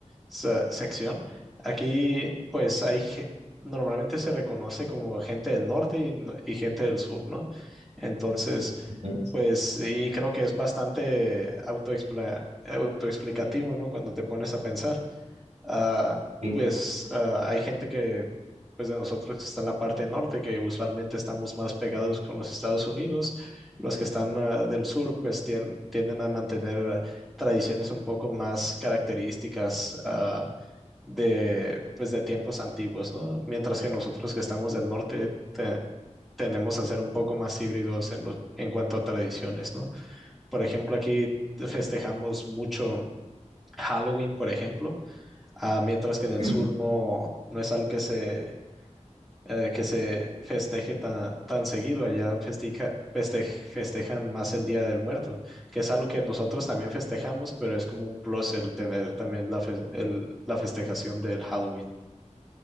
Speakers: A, in the centre; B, on the right.
A: se- sección. Aquí, pues hay, ge- normalmente se reconoce como gente del norte y, n- y gente del sur, ¿no? Entonces,
B: Ujú,
A: pues sí, creo que es bastante autoexpla- autoexplicativo, ¿no? Cuando te pones a pensar. Ah,
B: sí,
A: pues ah, hay gente que, pues de nosotros que está en la parte norte, que usualmente estamos más pegados con los Estados Unidos, los que están ah, del sur, pues tien- tienden a mantener tradiciones un poco más características ah, de, pues de tiempos antiguos, ¿no? Mientras que nosotros que estamos del norte te- tenemos a ser un poco más híbridos en, lo- en cuanto a tradiciones, ¿no? Por ejemplo, aquí festejamos mucho Halloween, por ejemplo Ah, mientras que en el
B: ujú.
A: sur no, no es algo que se, eh, que se festeje tan, tan seguido. Allá festeja, festej- festejan más el Día del Muerto, que es algo que nosotros también festejamos, pero es como un plus el tener también la, fe- el- la festejación del Halloween.